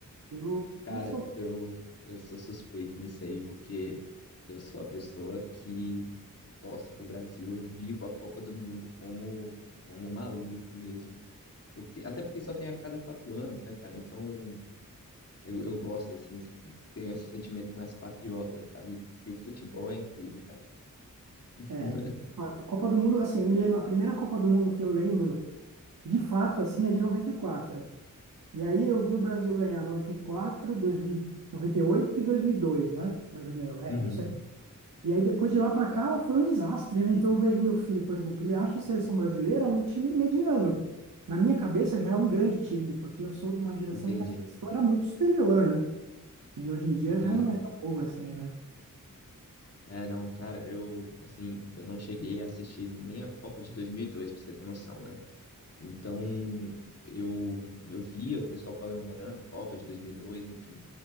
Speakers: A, on the right (about 75°); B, on the left (about 45°).
A: eu
B: Cara,
A: não sou.
B: eu, eu sou suspeita nisso aí, porque eu sou a pessoa que torce pro Brasil, eu vivo a Copa do Mundo como, como maluco mesmo, porque até porque só tem a cada quatro anos, né, cara? Então eu, eu gosto, assim, tenho esse sentimento mais patriota, sabe? E o futebol é incrível, cara. <laughs>
A: É, a Copa do Mundo, assim, eu me lembro, a primeira Copa do Mundo que eu lembro, de fato, assim, é de 94. E aí eu vi o Brasil ganhar noventa e quatro, dois mil noventa e oito e e dois mil e dois, né? O Brasil ganhou, é,
B: Uhum,
A: isso aí. E aí depois de lá para cá foi um desastre, né? Então eu vejo meu filho, por exemplo, ele acha a seleção brasileira um time mediano. Na minha cabeça já é um grande time, porque eu sou de uma geração
B: entendi.
A: que a seleção era muito superior, né? E hoje em dia
B: Sim.
A: já não é tão boa assim, né?
B: É, não, cara, eu, assim, eu não cheguei a assistir nem a Copa de 2002, pra você ter noção, né? Então, eu, eu via o pessoal comemorando a Copa de 2002, enfim.